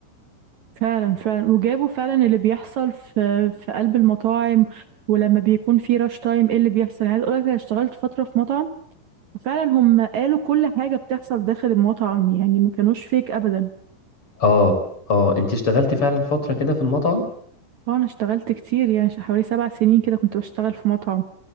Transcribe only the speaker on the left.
اه اه انت اشتغلتي فعلا فترة كده في المطعم